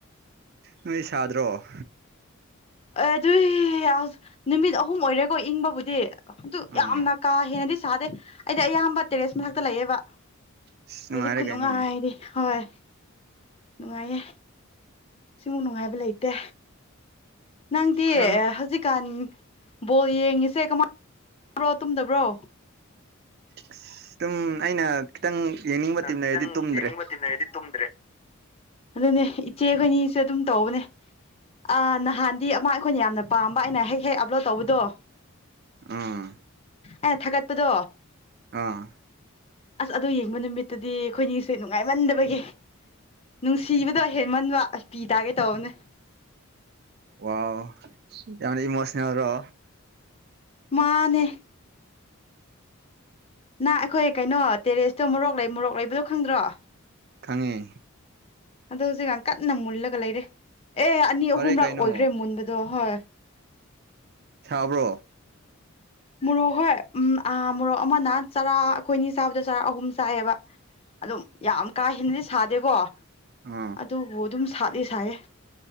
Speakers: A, on the right; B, on the left.
A: ꯅꯣꯏ ꯁꯥꯗ꯭ꯔꯣ
B: ꯑꯦ ꯑꯗꯨꯏ ꯑꯥꯎꯁ ꯅꯨꯃꯤꯠ ꯑꯍꯨꯝ ꯑꯣꯏꯔꯦꯀꯣ ꯏꯪꯕꯕꯨꯗꯤ ꯑꯗꯨ
A: ꯑꯣ
B: ꯌꯥꯝꯅ ꯀꯥ ꯍꯦꯟꯅꯗꯤ ꯁꯥꯗꯦ ꯑꯩꯗꯤ ꯑꯌꯥꯝꯕ ꯇꯦꯔꯦꯁ ꯃꯊꯛꯇ ꯂꯩꯌꯦꯕ
A: ꯑꯁ ꯅꯨꯡꯉꯥꯏꯔꯦ
B: ꯍꯧꯖꯤꯛ ꯈꯨꯅꯨꯡꯉꯥꯏꯗꯤ
A: ꯀꯩꯅꯣ
B: ꯍꯣꯏ ꯅꯨꯡꯉꯥꯏꯌꯦ ꯁꯤꯃꯨꯛ ꯅꯨꯡꯉꯥꯏꯕ ꯂꯩꯇꯦ ꯅꯪꯇꯤ
A: ꯅꯪ
B: ꯍꯧꯖꯤꯛꯀꯥꯟ ꯕꯣꯜ ꯌꯦꯡꯉꯤꯁꯦ ꯀꯃꯥꯏ ꯕ꯭ꯔꯣ ꯇꯨꯝꯗꯕ꯭ꯔꯣ
A: ꯑꯁ ꯇꯨꯝ ꯑꯩꯅ ꯈꯤꯇꯪ ꯌꯦꯡꯅꯤꯡꯕ ꯇꯤꯝ
B: ꯈꯤꯇꯪ
A: ꯂꯩꯔꯗꯤ ꯇꯨꯝꯗ꯭ꯔꯦ
B: ꯌꯦꯡꯅꯤꯡꯕ ꯇꯤꯝ ꯂꯩꯔꯗꯤ ꯇꯨꯝꯗ꯭ꯔꯦ ꯑꯗꯨꯅꯦ ꯏꯆꯦ ꯈꯣꯏꯅꯤꯁꯨ ꯑꯗꯨꯝ ꯇꯧꯕꯅꯦ ꯑ ꯅꯍꯥꯟꯗꯤ ꯑꯃ ꯑꯩꯈꯣꯏꯅ ꯌꯥꯝꯅ ꯄꯥꯝꯕ ꯑꯩꯅ ꯍꯦꯛ ꯍꯦꯛ ꯑꯞꯂꯣꯗ ꯇꯧꯕꯗꯣ
A: ꯑꯥ
B: ꯑꯩꯅ ꯊꯥꯒꯠꯄꯗꯣ
A: ꯑꯥ
B: ꯑꯁ ꯑꯗꯣ ꯌꯦꯡꯕ ꯅꯨꯃꯤꯠ ꯇꯗꯤ ꯑꯩꯈꯣꯏꯅꯤꯁꯦ ꯅꯨꯡꯉꯥꯏꯃꯟꯗꯕꯒꯤ ꯅꯨꯡꯁꯤꯕꯗꯣ ꯍꯦꯟꯃꯟꯕ ꯄꯤ ꯇꯥꯒꯦ ꯇꯧꯕꯅꯦ
A: ꯋꯥꯎ ꯌꯥꯝꯅ ꯏꯃꯣꯁꯅꯦꯜ ꯔꯣ
B: ꯃꯥꯟꯅꯦ ꯅꯪ ꯑꯩꯈꯣꯏ ꯀꯩꯅꯣ ꯇꯦꯔꯦꯁꯇꯣ ꯃꯣꯔꯣꯛ ꯂꯩ ꯃꯣꯔꯣꯛ ꯂꯩꯕꯗꯣ ꯈꯪꯗ꯭ꯔꯣ
A: ꯈꯪꯉꯦ
B: ꯑꯗꯣ ꯍꯧꯖꯤꯛꯀꯥꯟ ꯀꯟꯅ ꯃꯨꯜꯂꯒ ꯂꯩꯔꯦ ꯑꯦ ꯑꯅꯤ
A: ꯐꯔꯦ
B: ꯑꯍꯨꯝꯔꯛ
A: ꯀꯩꯅꯣ
B: ꯑꯣꯏꯈ꯭ꯔꯦ ꯃꯨꯟꯕꯗꯣ ꯍꯣꯏ
A: ꯁꯥꯕ꯭ꯔꯣ
B: ꯃꯣꯔꯣꯛ ꯍꯣꯏ ꯎꯝ ꯑ ꯃꯣꯔꯣꯛ ꯑꯃꯅ ꯆꯔꯥ ꯑꯩꯈꯣꯏꯅꯤ ꯆꯥꯕꯗ ꯆꯔꯥ ꯑꯍꯨꯝ ꯆꯥꯏꯑꯦꯕ ꯑꯗꯨꯝ ꯌꯥꯝ ꯀꯥ ꯍꯦꯟꯅꯗꯤ ꯁꯥꯗꯦꯀꯣ
A: ꯑꯣ
B: ꯑꯗꯨꯕꯨ ꯑꯗꯨꯝ ꯁꯥꯗꯤ ꯁꯥꯏꯌꯦ